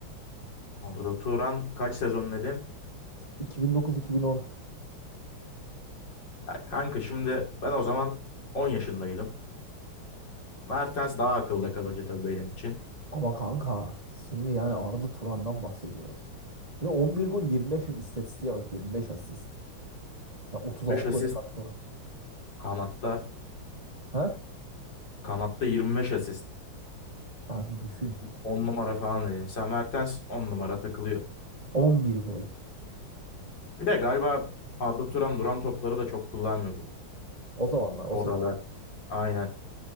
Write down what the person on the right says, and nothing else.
iki bin dokuz bin on
ama kanka şimdi yani Arda Turan'dan bahsediyoruz. Ve 11 gol 25 asist istatistiğe bak 25 asist. Ya 36
gole katkı var.
Ha?
Ben düşün.
11 gol.
O zamanlar o
sezon.